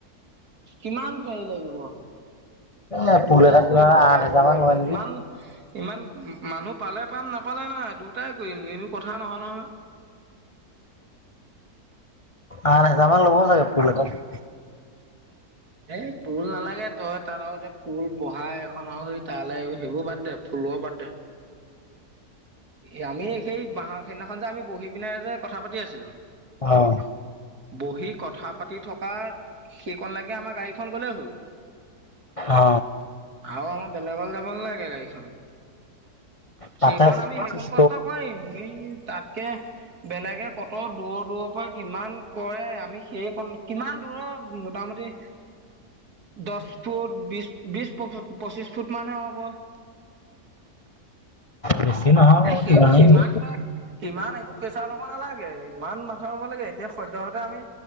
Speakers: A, on the right; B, on the left.
A: কিমান হেৰি লাগিব
B: এ
A: দুটাই
B: পুল এটা কিমান
A: কৰিম দৰকাৰ
B: আঠ হেজাৰ
A: পৰিলে
B: মান লয় নেকি
A: ইমান ইমান মানুহ পালে পাম নাপালে নাই দুটাই কৰিম এইবোৰ কথা নহয় নহয়
B: আঠ হাজাৰ মান ল'ব চাগে পুল এটাত
A: এইত পুল নালাগে তই তাত আৰু এতিয়া পুল বহাই এখন আৰু সেই তালৈ সেইবোৰ বাদ দে পুলৰ বাতদে এ আমি সেই বাঁহৰ সেইদিনাখন যে আমি বহি পিনে যে কথা পাতি আছিলো।
B: অ
A: বহি কথা পাতি থকা সেইকন লকে আমাৰ গাড়ীখন গলেই হ'ল।
B: অ
A: আৰু আমাৰ বেলেগলে যাব নালাগে গাড়ীখন সেইকণ
B: তাতেত
A: আমি সেইকণ
B: চুইছ
A: কষ্ট কৰিম ই তাতকে বেলেগে কত দূৰ দূৰৰ পৰা কিমান কৰে আমি সেইকন কিমান দূৰৰ মোটামুটি দচ ফুট, বি বিছ, পঁচিছ ফুট মানে হ'ব
B: বেছি নহয়
A: এ সেইবোৰ
B: কিমানেই
A: ইমানতে
B: হ'ব।
A: ইমান এইবোৰ প্ৰেছাৰ ল'ব নালাগে ইমান মাথা লব লাগে এতিয়া সদ্যয়হতে আমি